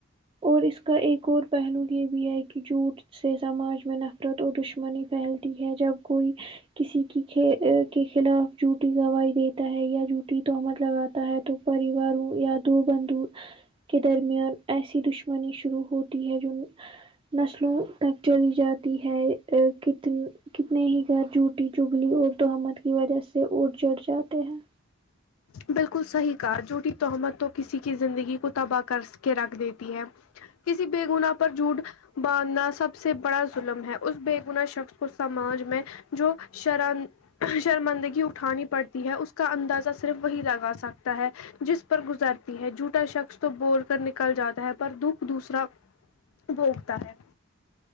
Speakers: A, on the right; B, on the left.
A: اور اس کا ایک اور پہلو یہ بھی ہے کہ جھوٹ سے سماج میں نف قرت و دشمنی پھیلتی ہے جب کوئی کسی کی کے خلاف جھوٹی گوائی دیتا ہے یا جھوٹی تہمت لگاتا ہے تو پریوار یادو بندو کے درمیان ایسی دشمنی شروع ہوتی ہے جن نسلوں تک چل جاتی ہے کتنی کتنے ہی گھر جھوٹی چگلی اور تہمت کی وجہ سے اجڑھ جاتے ہیں
B: بالکل صحیح کا جھوٹی تہمت تو کسی کی زندگی کو تباہ کر کے رکھ دیتی ہے کسی بے گنا پر جھوٹ باندھنا سب سے بڑا ظلم ہے اس بےگنا شخص کو سماج میں جو شراند شرمندگی اٹھانی پڑتی ہے اس کے کا اندازہ صرف وہی لگا سکتا ہے جس پر گزرتی ہے جوٹا شخص تو بول کر نکل جاتا ہے پر دکھ دوسرا بھوگتا ہے